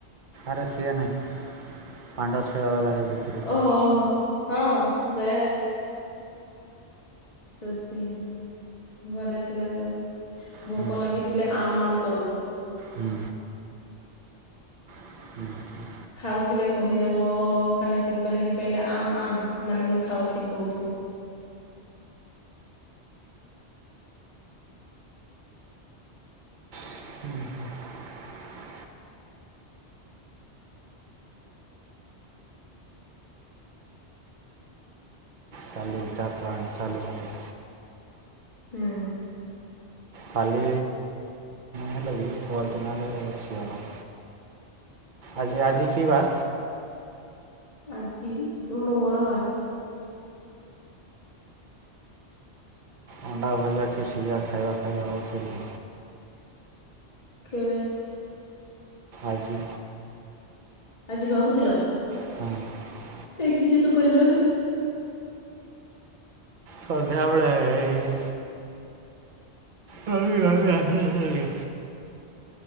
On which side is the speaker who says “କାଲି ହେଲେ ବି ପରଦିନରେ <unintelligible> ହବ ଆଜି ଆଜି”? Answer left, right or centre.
Right